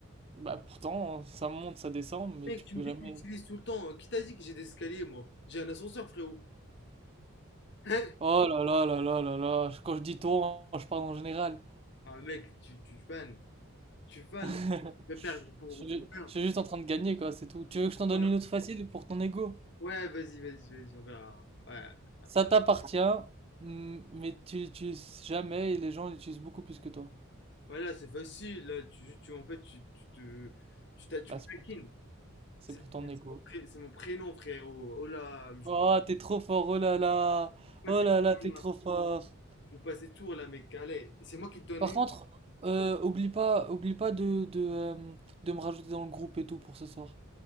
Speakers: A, on the right; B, on the left.
A: Bah pourtant, ça monte, ça descend, mais
B: Mec,
A: tu
B: tu
A: peux
B: me dis
A: jamais.
B: que tu l'utilises tout le temps. Euh, Qui t'a dit que j'ai des escaliers, moi? J'ai un ascenseur, frérot. Hein
A: Oh là là là là là là, quand je dis toi, je parle en général.
B: Ah, mec, tu, tu fan. Tu fan.
A: <laughs>
B: là. Tu peux
A: Je
B: perdre pour,
A: suis
B: pour rien.
A: je suis juste en train de gagner, quoi, c'est tout. Tu veux que je t'en donne
B: Ouais,
A: une autre facile pour ton ego?
B: ouais, vas-y, vas-y, vas-y, on verra. Ouais. Enfin,
A: Ça t'appartient, mm, mais tu l'utilises jamais et les gens l'utilisent beaucoup plus que toi.
B: Voilà, c'est facile, là, tu, tu, en fait, tu, tu te, tu, t'as- tu
A: Bah,
B: me
A: c'est
B: taquines.
A: pour ton, c'est
B: C'est
A: pour ton
B: c'est
A: ego.
B: mon pré- c'est mon prénom, frérot. Oh là, je joue
A: Oh, t'es trop fort, oh là là,
B: pas
A: oh
B: ces
A: là
B: tours,
A: là, t'es
B: là.
A: trop fort.
B: Je joue pas ces tours, là, mec, allez. C'est moi qui te donne
A: Par
B: une.
A: contre, euh, oublie pas, oublie pas de, de, euh, de me rajouter dans le groupe et tout pour ce soir.